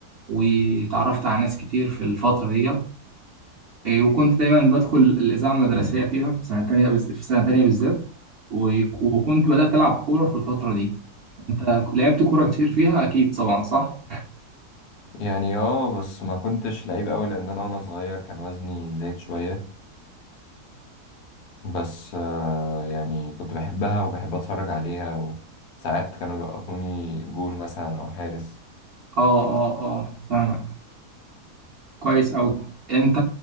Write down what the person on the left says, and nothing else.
يعني اه بس ما كنتش لعيب قوي لأن أنا وأنا صغير كان وزني زايد شوية بس آه يعني كنت بحبها وبحب أتفرج عليها وساعات كانوا بيوقفوني جول مثلا أو حارس